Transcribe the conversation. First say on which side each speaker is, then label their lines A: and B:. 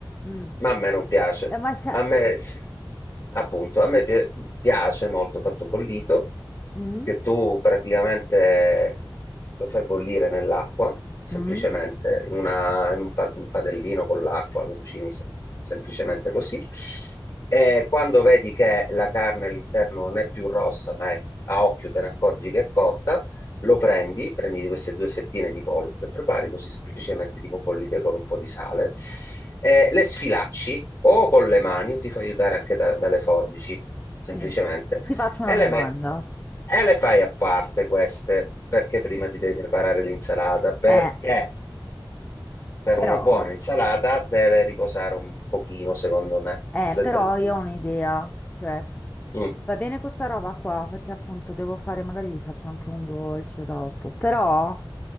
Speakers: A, on the left; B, on the left.
A: Mm.
B: ma a me non piace.
A: Eh, ma è secco.
B: A me, appunto, a me pi- piace molto fatto bollito,
A: Mm?
B: che tu praticamente lo fai bollire nell'acqua, semplicemente,
A: Mm?
B: in, una- in un, pa- un padellino con l'acqua, lo cucini sem- semplicemente così. E quando vedi che la carne all'interno non è più rossa, ma è a occhio te ne accorgi che è cotta, lo prendi, prendi queste due fettine di pollo che prepari così semplicemente tipo bollite con un po' di sale, eh, le sfilacci o con le mani o ti fai aiutare anche da- dalle forbici, semplicemente,
A: Sì. Ti faccio una
B: e
A: domanda.
B: le metti. E le fai a parte queste, perché prima ti devi preparare l'insalata, perché
A: Eh,
B: per
A: però...
B: una buona insalata deve riposare un pochino, secondo me,
A: Eh,
B: dentro
A: però
B: il frigo.
A: io ho un'idea, cioè
B: Mm.
A: va bene questa roba qua perché appunto devo fare, magari vi faccio anche un dolce dopo, però